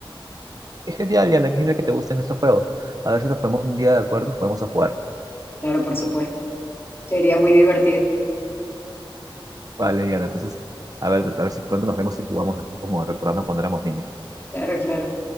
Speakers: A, on the right; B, on the left.
A: Es genial, Diana, qué genial que te gusten estos juegos. A ver si nos ponemos un día de acuerdo y nos podemos a jugar.
B: Claro, por supuesto. Sería muy divertido.
A: Vale, Diana, entonces, a ver, a ver si pronto nos vemos y jugamos así como recordando cuando éramos niños.
B: Claro, claro.